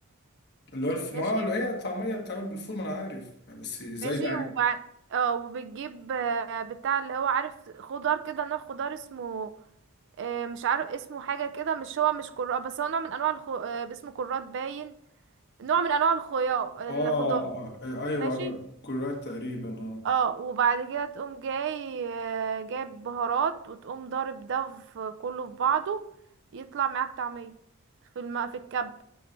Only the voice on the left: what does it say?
اللي هو الف...
ما هو هي الطعميه بتعمل بالفول ما انا عارف بس ازاي
بقى
ايه؟
اه
آه، ايوه
ايوه كرات تقريبا اه